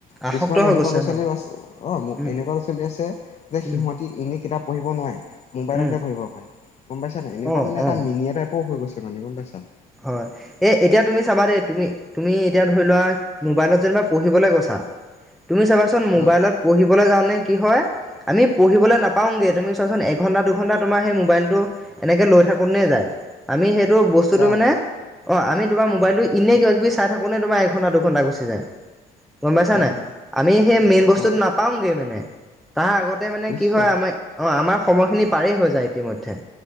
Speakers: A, in the centre; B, on the left.
A: আসক্ত
B: কিছুমান
A: হৈ
B: এনেকুৱা
A: গৈছে
B: ল'ৰা-ছোৱালীও
A: হয়
B: আছে, অ'
A: উম
B: এনেকুৱা ল'ৰা ছোৱালী আছে যে সিহঁতি
A: উম
B: এনে কিতাপ পঢ়িব নোৱাৰে, মোবাইলতে
A: উম
B: পঢ়িব পাৰে, গম পাইছা নাই? এনেকুৱা
A: অ',
B: মানে এটা
A: অ',
B: মিনিয়া টাইপ সক হৈ গৈছে মানে, গম পাইছা?
A: হয়। এ, এতিয়া তুমি চাবা দেই, তুমি তুমি এতিয়া ধৰি লোৱা মোবাইলত যেনিবা পঢ়িবলৈ গৈছা, তুমি চাবাচোন মোবাইলত
B: হয়
A: পঢ়িবলৈওঁ যাওঁতে কি হয়, আমি পঢ়িবলৈ নাপাওঁগে তুমি চোৱাচোন এঘন্টা দুঘন্টা তোমাৰ সেই মোবাইলটো এনেকে লৈ থাকোঁতেই যায়, আমি সেইটো বস্তুটো
B: যায়
A: মানে
B: যায়
A: অ' আমি তোমাৰ মোবাইলটো এনেই কিবা কিবি চাই থাকোঁতে তোমাৰ এঘণ্টা, দুঘণ্টা গুচি যায়। গম পাইছা
B: হয়
A: নাই?
B: হয়
A: আমি সেই মেইন বস্তুটো
B: হয়
A: নাপাওঁগৈ মানে। তাৰ আগতে মানে
B: নিশ্চিত।
A: কি হয়, আমাৰ অ' আমাৰ সময়খিনি পাৰেই হৈ যায় ইতিমধ্যে।